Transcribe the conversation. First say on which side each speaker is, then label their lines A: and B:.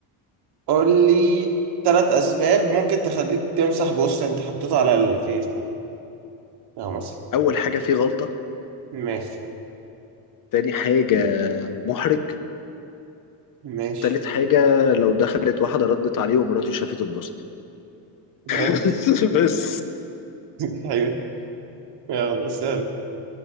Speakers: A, on the right; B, on the left.
A: قول لي ثلاث اسباب ممكن تخليك تمسح بوست انت حطيته على الفيسبوك اه مثلا
B: اول حاجه فيه غلطه
A: ماشي
B: تاني حاجه محرج
A: ماشي
B: تالت حاجة لو دخلت واحدة ردت عليه ومراته شافت البوست
A: ماشي
B: <laughs> بس
A: <laughs> حلو يلا سهل